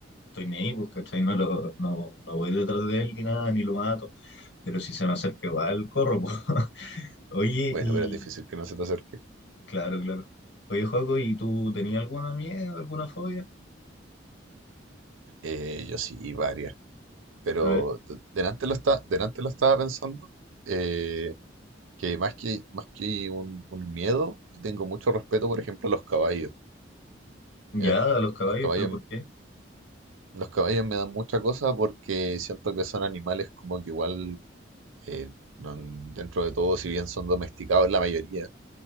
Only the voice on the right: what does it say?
Bueno,
pero es difícil que no se te acerque.
Eh, yo sí, y varias. Pero
de- delante lo está, delante lo estaba pensando. eh, que más que, más que un, un miedo, le tengo mucho respeto, por ejemplo, a los caballos.
¿Ya?
Los caballos,
los caballos me dan mucha cosa porque siento que son animales como que igual, eh, no- dentro de todo, si bien son domesticados, la mayoría